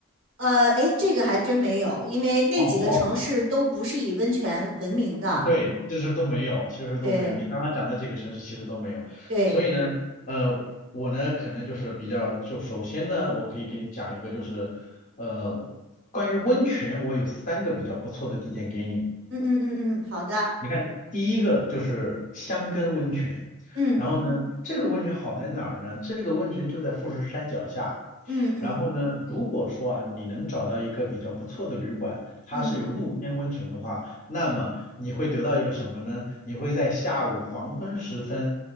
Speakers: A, on the right; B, on the left.
A: 呃，哎，这个还真没有，因为那几个城市都不是以温泉闻名的。
B: 哦嗯对，其实都没有，其实都没有。
A: 对
B: 你刚刚讲的这个城市其实都没有，
A: 对，
B: 所以呢，呃，我呢可能就是比较，就首先呢，我可以给你讲一个，就是呃，关于温泉，我有三个比较不错的地点给你。
A: 嗯嗯嗯嗯，好的，
B: 你看，第一个就是香根温泉，
A: 嗯
B: 然后呢，嗯这个温泉好在哪儿呢？这个温泉就在富士山脚下。
A: 嗯嗯
B: 然后呢，如果说啊，你能找到一个比较不错的旅馆，它是有露天温泉的话，
A: 嗯
B: 那么你会得到一个什么呢？你会在下午黄昏时分，